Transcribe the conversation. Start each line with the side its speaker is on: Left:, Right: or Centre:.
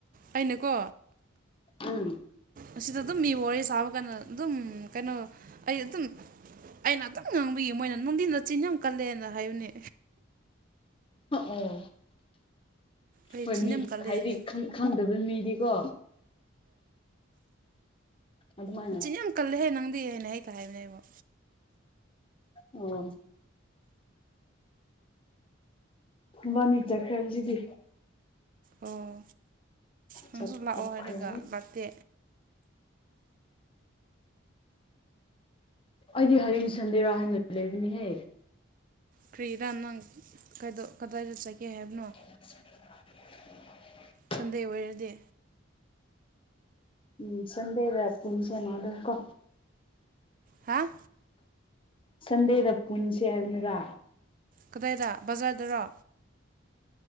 Right: ꯑꯩꯅꯀꯣ
Left: ꯎꯝ
Right: ꯑꯁꯤꯗ ꯑꯗꯨꯝ ꯃꯤ ꯋꯥꯔꯤ ꯁꯥꯕ ꯀꯥꯟꯗ ꯑꯗꯨꯝ ꯀꯩꯅꯣ ꯑꯩ ꯑꯗꯨꯝ ꯑꯩꯅ ꯑꯇꯪ ꯉꯥꯡꯕꯤꯌꯦ ꯃꯣꯏꯅ ꯅꯨꯡꯊꯤꯟꯗ ꯆꯤꯟ ꯌꯥꯝ ꯀꯜꯂꯦꯅ ꯍꯥꯏꯕꯨꯅꯦ
Left: ꯑꯣ
Right: ꯑꯩ
Left: ꯐꯅꯤ
Right: ꯆꯤꯟ ꯌꯥꯝ ꯀꯜꯂꯦ
Left: ꯍꯥꯏꯗꯤꯪ
Right: ꯍꯥꯏꯌꯦ
Left: ꯈꯪꯗꯕ ꯃꯤꯗꯤꯀꯣ ꯑꯗꯨꯃꯥꯏꯅ
Right: ꯍꯣꯏꯆꯤꯟ ꯌꯥꯝ ꯀꯜꯂꯦꯍꯦ ꯅꯪꯗꯤ ꯍꯥꯏꯅ ꯍꯦꯛꯇ ꯍꯥꯏꯕꯅꯦꯕꯣ
Left: ꯑꯣ ꯋꯥꯅꯤ ꯆꯈꯦꯕꯖꯤꯗꯤ
Right: ꯑꯣ ꯅꯪꯁꯨ
Left: ꯆꯠꯊꯣꯛꯈ꯭ꯔꯦ
Right: ꯂꯥꯛꯑꯣ ꯍꯥꯏꯔꯒ ꯂꯥꯛꯇꯦ
Left: ꯑꯩꯗꯤ ꯍꯌꯦꯡ ꯁꯟꯗꯦꯔꯥ ꯍꯥꯏꯅ ꯂꯩꯕꯅꯤꯍꯦ
Right: ꯀ꯭ꯔꯤꯗ ꯅꯪ ꯀꯗꯥꯏꯗ ꯆꯠꯒꯦ ꯍꯥꯏꯕꯅꯣ
Left: <unintelligible>
Right: ꯁꯟꯗꯦ ꯑꯣꯏꯔꯗꯤ
Left: ꯎꯝ ꯆꯗꯦꯗ ꯄꯨꯟꯁꯦꯅꯗ ꯀꯣ
Right: ꯍꯥꯥ
Left: ꯁꯟꯗꯦꯗ ꯄꯨꯟꯁꯦ ꯍꯥꯏꯕꯅꯤꯔ
Right: ꯀꯗꯥꯏꯗ ꯕꯖꯥꯔꯗꯔꯣ